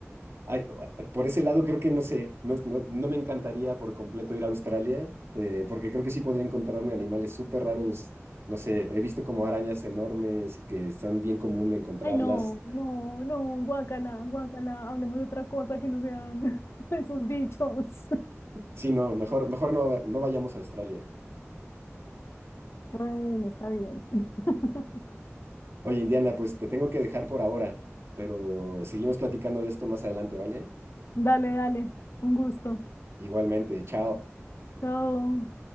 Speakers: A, on the right; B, on the left.
A: Ay, por ese lado creo que no sé, no, no- no me encantaría por completo ir a Australia, eh, porque creo que sí podría encontrarme animales súper raros, no sé, he visto como arañas enormes y que son bien común de encontrarlas,
B: Ay, no, no, no, guácala, guácala, hablemos de otra cosa que no sean <laughs> esos bichos. <laughs>
A: Sí, no, mejor, mejor no, no vayamos a Australia.
B: Bueno, está bien. <laughs>
A: Oye, Indiana, pues te tengo que dejar por ahora, pero seguimos platicando de esto más adelante, ¿vale?
B: Dale, dale, un gusto.
A: Igualmente, chao.
B: Chao.